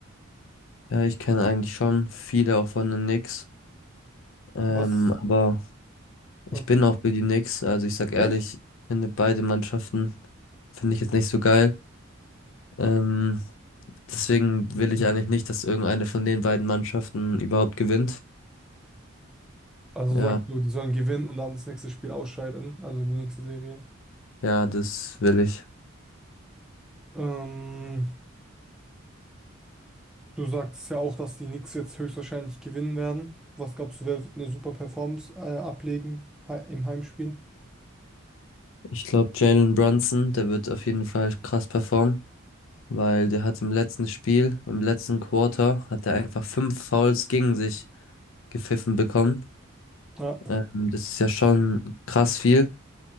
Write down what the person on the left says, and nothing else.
Ja, ich kenne eigentlich schon viele auch von den Knicks. Ähm,
aber ich
bin auch für die Knicks. Also ich sag ehrlich,
finde beide Mannschaften, finde ich jetzt nicht so geil. Ähm, deswegen will ich eigentlich nicht, dass irgendeine von den beiden Mannschaften überhaupt gewinnt.
Ja.
Ja, das will ich.
Ich glaube, Jalen Brunson, der wird auf jeden Fall krass performen, weil der hat im letzten Spiel, im letzten Quarter, hat er einfach fünf Fouls gegen sich gepfiffen bekommen.
Ähm, das ist ja schon krass viel